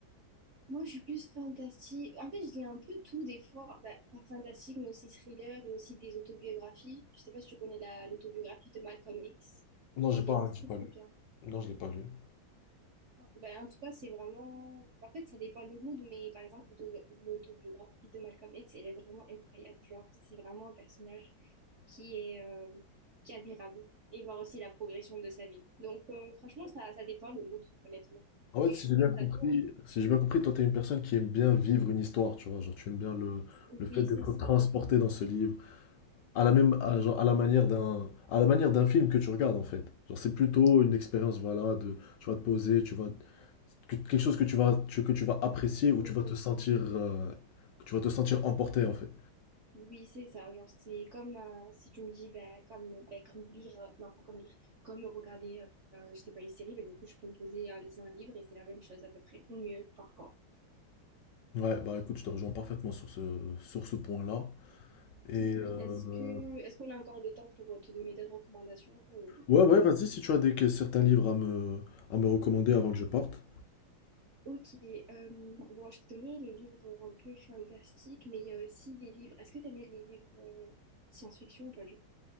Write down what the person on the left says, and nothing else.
Non, j'ai
pas,
j'ai pas
lu.
Non, je l'ai pas lu.
En fait,
si
j'ai bien compris,
si j'ai bien compris, toi, t'es une personne qui aime bien vivre une histoire, tu vois. Genre, tu aimes bien le, le fait
d'être
transporté dans ce livre, à la même, à, genre, à la manière d'un, à la manière d'un film que tu regardes, en fait. Genre, c'est plutôt une expérience, voilà, de, tu vas te poser, tu vas, que- quelque chose que tu vas, tu- que tu vas apprécier ou
tu vas te sentir, euh, que tu vas te sentir emporté, en fait.
Ouais, bah écoute, je te rejoins parfaitement sur ce, sur ce point-là. Et,
euh,
Ouais,
ouais,
vas-y,
si tu as des, que- certains livres à me, à me recommander avant que je parte.